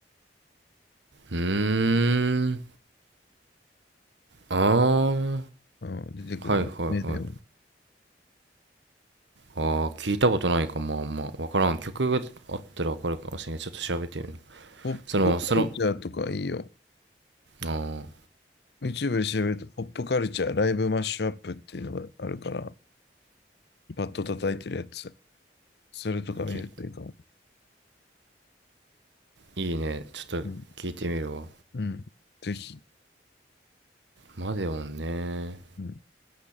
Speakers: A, on the right; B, on the left.
A: うーんああ
B: うん、出てくるの。
A: はいはいはい
B: メデオン。
A: ああ、聞いたことないかも、あんま。わからん。曲があったらわかるかもしれない。ちょっと調べてみる。
B: ポップカルチャーとかいいよ。
A: その、その、ああ、
B: YouTube で調べると、ポップカルチャー、ライブマッシュアップっていうのがあるから、パッと叩いてるやつ。それとか見るといいかも。
A: き、いいね。ちょっと聞いてみるわ。
B: うん。うん。ぜひ。
A: マデオンね。
B: うん。